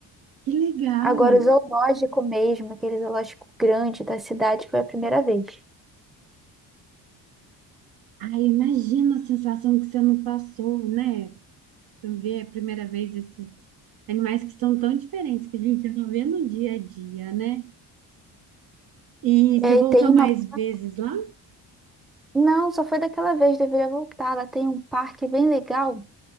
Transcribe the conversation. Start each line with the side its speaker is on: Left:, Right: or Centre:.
Right: que legal!
Centre: Agora, o zoológico mesmo, aquele zoológico grande da cidade, foi a primeira vez.
Right: Ai, imagina a sensação que você não passou, né? Você Ver a primeira vez esses animais que são tão diferentes que a gente não vê no dia a dia, né? E
Centre: E
Right: você
Centre: aí
Right: voltou
Centre: tem uma
Right: mais
Centre: parte.
Right: vezes lá?
Centre: Não, só foi daquela vez, deveria voltar. Lá tem um parque bem legal.